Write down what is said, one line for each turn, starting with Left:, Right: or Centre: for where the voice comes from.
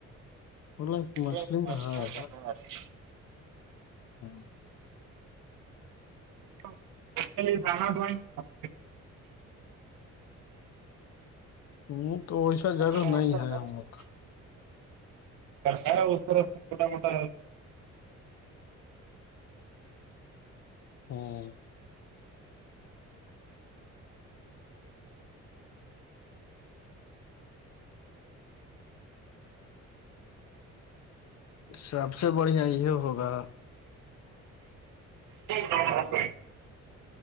Left: بولا کہ
Right: <unintelligible>
Left: مچھلی میں ہے ہاں
Right: <unintelligible>
Left: ہ تو ویسا
Right: اگر
Left: جگہ نہیں ہے ہمار
Right: ا اس طرح س چوٹا موٹا
Left: ہوں سب سے بڑھیا یہ ہوگا
Right: <unintelligible>